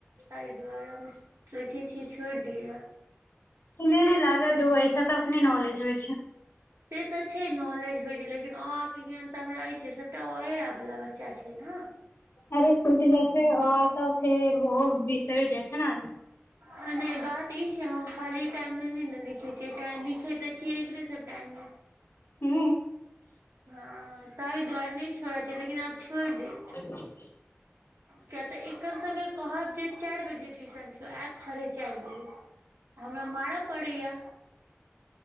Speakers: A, on the right; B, on the left.
A: ताहि दुआरे हम सोचै छिय छोड़ि दियै।
B: नेै नै लागल
A: बस भऽ
B: रहु ऐ सँ तऽ अपने नॉलेज होइ छै।
A: से तऽ छै नाॅलेज होइ छै लेकिन ओहाके ई ज्ञान तऽ हमरा ऐछे सभटा अ-आ वला बच्चा छै ने।
B: अरे छुइट जाइ छै अ-आ तऽ फेर ओहो बिसैर जाइ छै ने आदमी।
A: आ नहि बात ई छै हम खाली टाइममे नहि ने लिखै छियै लिखैत तऽ छियै एकरे सब टाइममे।
B: हू।
A: हँ तहि दुआरे नहि छोड़ चाही लेकिन आब छोइड़ देब।
B: ह
A: किया तऽ एकर सभके कहब जे चारि बजे ट्यूशन छौ। साढ़े चारि बजे हमरा मारऽ पड़ैया।